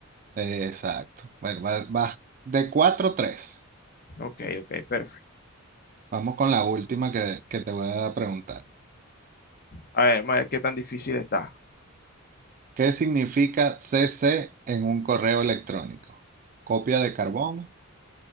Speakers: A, on the right; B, on the left.
A: Exacto. Bueno, vas vas de 4 a 3.
B: Ok, ok, perfecto.
A: Vamos con la última que, que te voy a preguntar.
B: A ver, vamos a ver qué tan difícil está.
A: ¿Qué significa CC en un correo electrónico? Copia de carbón,